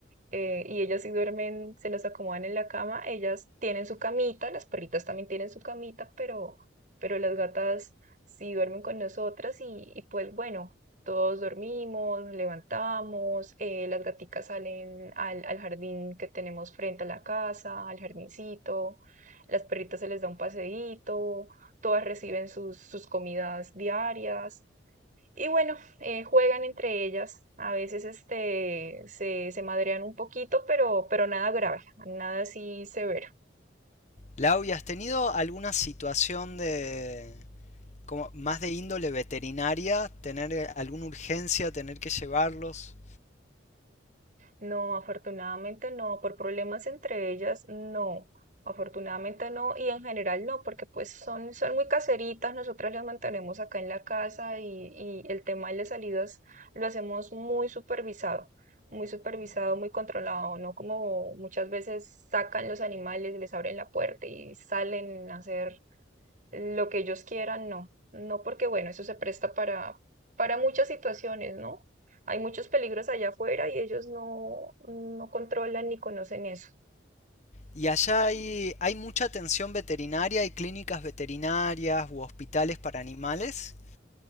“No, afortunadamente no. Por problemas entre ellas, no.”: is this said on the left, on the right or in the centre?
Right